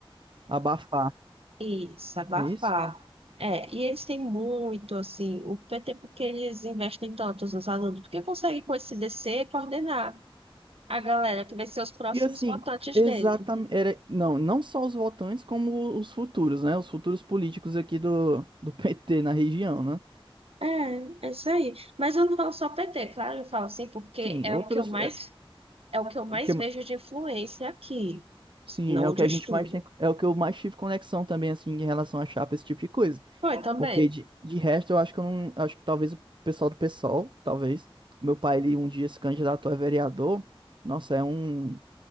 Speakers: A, on the right; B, on the right.
A: Abafar.
B: Isso, abafar.
A: É isso?
B: É, e eles têm muito, assim, o PT, porque eles investem tanto nos alunos, porque conseguem com esse DC coordenar a galera que vai ser os próximos
A: E assim,
B: votantes
A: exatamente.
B: dele.
A: Era... Não, não só os votantes, como os futuros, né? Os futuros políticos aqui do, do PT na região, né?
B: É, é isso aí. Mas eu não falo só PT, claro, eu falo assim, porque
A: Sim,
B: é
A: outros.
B: o que eu mais,
A: é,
B: é o que eu mais
A: que
B: vejo de influência aqui,
A: Sim,
B: não
A: é
B: onde
A: o que a
B: eu estudo.
A: gente mais tem, é o que eu mais tive conexão também, assim, em relação a chapa, esse tipo de coisa.
B: Foi também.
A: Porque de, de resto, eu acho que eu não, acho que talvez o pessoal do PSOL, talvez, o meu pai, ele um dia se candidatou a vereador, nossa, é um, não